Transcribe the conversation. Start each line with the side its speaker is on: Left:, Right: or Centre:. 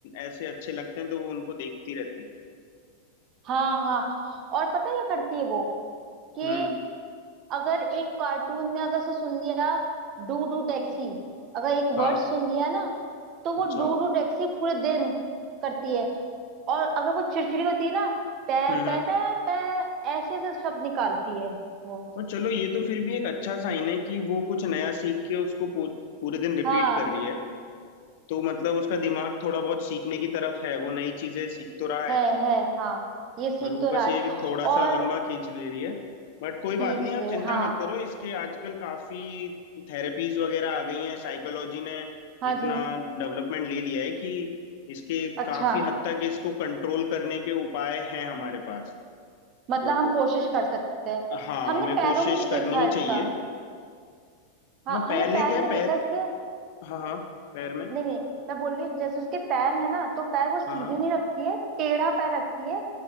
Left: ऐसे अच्छे लगते हैं तो वो उनको देखती रहती है
Right: हाँ हाँ और पता है क्या करती है वो कि
Left: हम्म
Right: अगर एक कार्टून में अगर उसने सुन लिया डू डू डेक्सी अगर एक
Left: हाँ
Right: वर्ड सुन लिया ना तो वो
Left: अच्छा
Right: डू डू डेक्सी पूरे दिन करती है और अगर वो चिड़चिड़ी होती है ना पै
Left: हम्म
Right: पै
Left: हम्म
Right: पै पै ऐसे ऐसे शब्द निकालती है वो
Left: तो चलो ये तो फिर भी एक अच्छा साइन है कि वो कुछ नया सीख के उसको पू, पूरे दिन रिपीट
Right: हाँ
Left: कर रही है तो मतलब उसका दिमाग थोड़ा बहुत सीखने की तरफ है वो नई चीजें सीख तो रहा है
Right: है है हाँ ये सीख
Left: पर वो
Right: तो
Left: बस
Right: रहा है
Left: ये कि थोड़ा
Right: और
Left: सा लंबा खींच ले रही है बट कोई बात
Right: खींच
Left: नहीं आप
Right: रहे
Left: चिंता
Right: हाँ
Left: मत करो इसके आजकल काफी थेरेपीज वगैरह आ गई हैं साइकोलॉजी ने
Right: हाँ
Left: इतना
Right: जी
Left: डेवलपमेंट ले लिया है कि इसके काफी
Right: अच्छा
Left: हद तक इसको कंट्रोल करने के उपाय हैं हमारे पास
Right: मतलब
Left: तो
Right: हम कोशिश कर सकते हैं
Left: हाँ
Right: हमने
Left: हमें
Right: पैरों
Left: कोशिश
Right: में भी देखा
Left: करनी ही
Right: है इसका
Left: चाहिए
Right: हाँ
Left: हाँ
Right: हमने
Left: पहले
Right: पैर
Left: क्या है,
Right: में
Left: पैर
Right: देखा इसके
Left: हाँ हाँ पैर में
Right: नहीं नहीं मैं बोल रही हूँ जैसे उसके पैर है ना तो पैर वो सीधे
Left: हाँ हाँ।
Right: नहीं रखती है टेढ़ा पैर रखती है